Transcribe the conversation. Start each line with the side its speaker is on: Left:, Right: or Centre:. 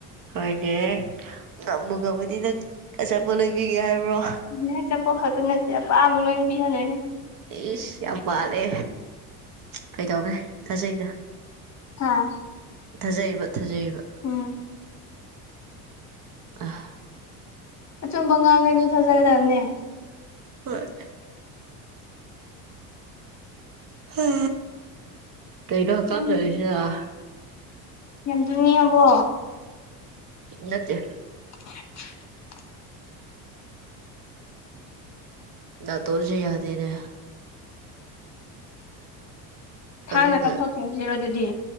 Right: ꯍꯣꯏꯅꯦ ꯉꯝꯕꯨ ꯉꯝꯃꯗꯤ ꯅꯪ ꯑꯆꯥꯄꯣꯠ ꯂꯣꯏꯕꯤꯒꯦ ꯍꯥꯏꯕ꯭ꯔꯣ
Left: ꯅ ꯆꯄꯣꯠ ꯈꯛꯇꯥꯅꯠꯇꯦ ꯑꯄꯥꯝꯕꯥ ꯂꯣꯏ ꯄꯤꯍꯟꯗꯨꯏꯅꯤ
Right: ꯏꯁꯁ ꯌꯥꯝ ꯄꯥꯜꯂꯦ ꯀꯩꯗꯧꯈ꯭ꯔꯦ ꯊꯥꯖꯩꯗ
Left: ꯍꯥꯥ
Right: ꯊꯥꯖꯩꯕ ꯊꯥꯖꯩꯕ
Left: ꯎꯝ
Right: ꯑꯍꯥ
Left: ꯑꯆꯨꯝꯕ ꯉꯥꯡꯉꯥꯗꯤ ꯊꯖꯒꯗꯅꯕꯅꯤ
Right: ꯍꯣꯏ ꯍꯥ ꯀꯩꯅꯣ ꯍꯥꯀꯝ
Left: ꯎꯝ
Right: ꯆꯟꯂꯤꯁꯤꯅꯥ
Left: ꯌꯥꯝ ꯇꯨꯝꯅꯤꯉꯥꯕꯣ
Right: ꯅꯠꯇꯦ
Left: <unintelligible>
Right: ꯅꯥꯇꯣꯟꯁꯦ ꯌꯗꯦꯅꯦ
Left: ꯊꯥꯡꯅ
Right: ꯑꯗꯨꯅ
Left: ꯀꯛꯊꯣꯛꯈ꯭ꯔꯁꯤꯔꯣ ꯑꯗꯨꯗꯤ